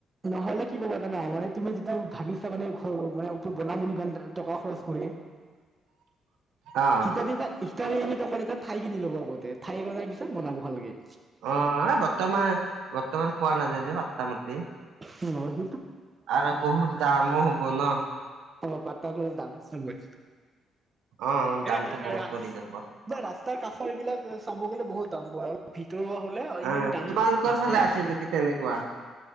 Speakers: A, on the right; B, on the right.
A: নহ'লে কি ক'ব জানা মানে তুমি যিটো ভাবিছা মানে ঘৰ মানে ওপৰত বনাম বুলি টকা খৰচ কৰি হয়।
B: <unintelligible> অ'।
A: হিতাৰী এটা সিতালী এ কাৰ এটা ঠাই কিনি ল'ব আগতে ঠাই কৰাৰ পিছত বনাব ভালকে।
B: অ' বৰ্তমান বৰ্তমান পোৱা নাযায় যে পাট্টা মাটি
A: উম
B: আৰু বহুত দামো হব ন'
A: অ পাট্টা টো দাম চলিবই।
B: অ' দামটো
A: এ
B: বহুত
A: এ ৰা
B: পৰি
A: স্ত
B: যাব।
A: ৰাস্তাৰ কাষৰ এইবিলাক চাব গ'লে বহুত দাম পৰে অ' তৰুৱা হলে ইমান
B: অ',
A: দাম
B: তোমালোকৰ
A: নাচায়ে
B: ফালে আছে
A: নেকি
B: তেনেকুৱা?